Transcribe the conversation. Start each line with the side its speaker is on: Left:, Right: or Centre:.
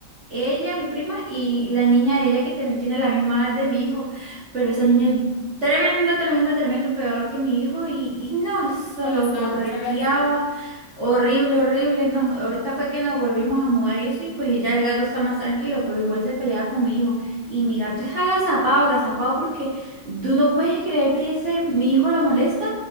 Right: ella, mi prima y la niña de ella que también tiene la misma edad de mi hijo, pero esa niña es tremenda, tremenda, tremenda, peor que mi hijo y, y no, eso
Left: Molestaba
Right: lo correteaba,
Left: mucho al gatico.
Right: horrible, horrible, no, ahorita fue que nos volvimos a mudar y eso y pues ya el gato está más tranquilo, pero igual se pelea con mi hijo y mi gato es agazapado, agazapado porque... Tú no puedes creer que ese mi hijo lo molesta